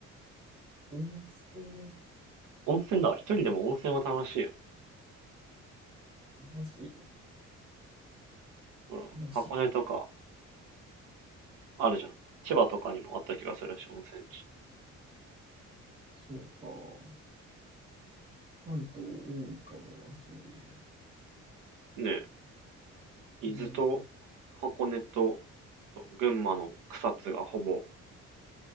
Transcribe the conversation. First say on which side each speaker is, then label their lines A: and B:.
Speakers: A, on the right (about 15°); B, on the right (about 85°).
A: 温泉、
B: 温泉だわ。一人でも温泉は楽しいよ。
A: マジ、
B: ほら、
A: 楽しいか。
B: 箱根とかあるじゃん。千葉とかにもあった気がするし、温泉地。
A: そうか。関東多いかもな、そういう
B: ねえ。伊豆と箱根と、
A: の。うん。
B: 群馬の草津がほぼ